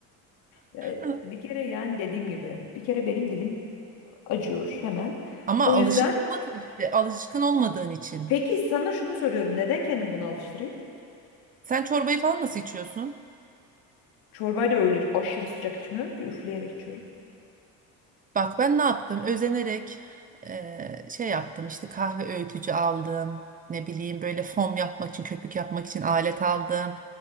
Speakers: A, on the left; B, on the right.
A: Ya
B: <laughs>
A: bir kere yani dediğim gibi. Bir kere benim dilim acıyor hemen.
B: Ama
A: O
B: alışık
A: yüzden
B: olmadın işte. Alışkın olmadığın için.
A: peki sana şunu soruyorum. Neden kendimi buna alıştırayım?
B: Sen çorbayı falan nasıl içiyorsun?
A: Çorbayı da öyle aşırı sıcak içmiyorum ki üfleyerek içiyorum.
B: Bak ben ne yaptım? Özenerek eee, şey yaptım işte kahve öğütücü aldım. Ne bileyim böyle fom yapmak için, köpük yapmak için alet aldım.